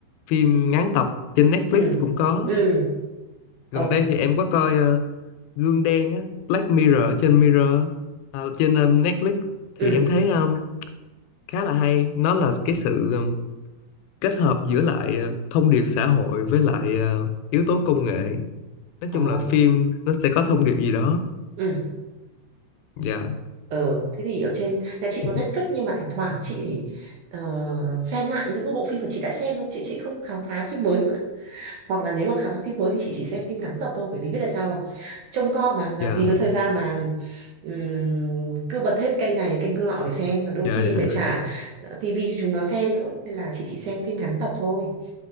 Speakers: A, on the left; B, on the right.
A: phim ngắn tập trên Netflix
B: ừ
A: cũng có
B: ừ
A: gần
B: ờ
A: đây thì em có coi ờ, Gương Đen á Black Mirror ở trên Mirror ờ, trên ờ, Netflix thì
B: ừ
A: em thấy ờ, khá là hay nó là cái sự ờ, kết hợp giữa lại ờ, thông điệp xã hội với lại ờ, yếu tố công nghệ nói
B: ờ
A: chung là phim nó sẽ có thông điệp gì đó
B: ừ
A: dạ
B: Ờ, thế thì ở trên nhà chị
A: <laughs>
B: có Netflix nhưng mà thỉnh thoảng chị thì, ờ, xem lại những cái bộ phim mà chị đã xem thôi chị chị không khám phá phim mới hoặc là nếu mà khám phá phim mới thì chị chỉ xem phim ngắn tập thôi bởi vì biết tại sao không? trông con mà làm
A: dạ
B: gì có thời gian mà ừm, cứ bật hết kênh này kênh nọ để xem mà đôi
A: dạ
B: khi
A: dạ
B: phải trả ờ, tivi cho chúng nó xem nữa nên là chị chỉ xem phim ngắn tập thôi